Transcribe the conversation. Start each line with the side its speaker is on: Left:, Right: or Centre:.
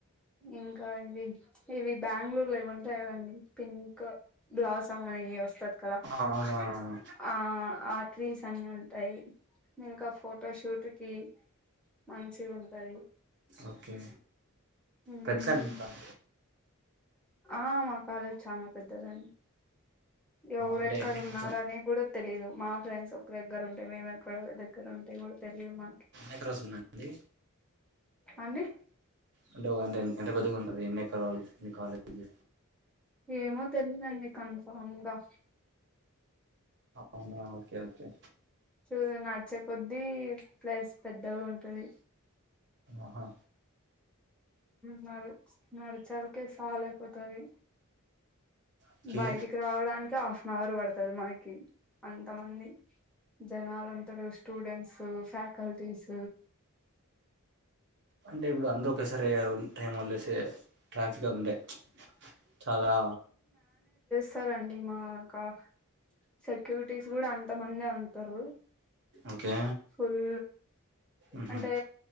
Centre: ఇంకా ఇవి ఇవి బ్యాంగ్ళూర్లో ఇవి ఉంటాయి కదండి పింక్ బ్లౌసమ్ అనేవి వస్తది కదా
Right: అవునవునవును
Centre: ఆ ఆ ట్రీస్ అన్ని ఉంటాయి ఇంకా ఫో ఫొటో షూట్ కి మంచిగ ఉంటది
Right: ఓకే
Centre: మ్మ్
Right: పెద్దండి ఇంకా అ
Centre: ఆ మా కాలేజ్ చాన పెద్దదండి ఎవరెక్కడ
Right: అంటే ఎన్ని
Centre: ఉన్నారనే కుడ తెలి మా ఫ్రెండ్స్ ఒక దగ్గర ఉంటాయి మేము ఎక్కడ దగ్గర ఉంటే కూడా తెలియదు మాకి
Right: ఎక రోజండి
Centre: అండి
Right: అంటే ఎంత పెద్దగుంటది ఎన్ని ఎక్కరాాల మీ కాలేజీ
Centre: ఏమో తెలీదండి కన్ఫామ్గా
Right: అవునా ఓకే ఓకే
Centre: చూ నా వచ్చే కొద్దీ ప్లేస్ పెద్దగా ఉంటది
Right: ఆహా
Centre: మరి నడిచాలకే సాల అయిపోతది
Right: ఓకే
Centre: బయటికి రావడానికి కె హాఫ్ అన్ అవర్ పడతుంది మనకి అంత మంది జనాలు ఉంటారు స్టూడెంట్స్ ఫ్యాకల్టీస్
Right: అంటే ఇప్పుడు అందరూ ఒకసారి టైం వదిలే అయితే ట్రాఫిక్ ఉందిచాలా
Centre: సరే అండి మా కా సెక్యూరిటీస్ గూడా అంతమందే ఉంటారు
Right: ఓకే
Centre: ఫుల్
Right: ఉహు
Centre: అంటే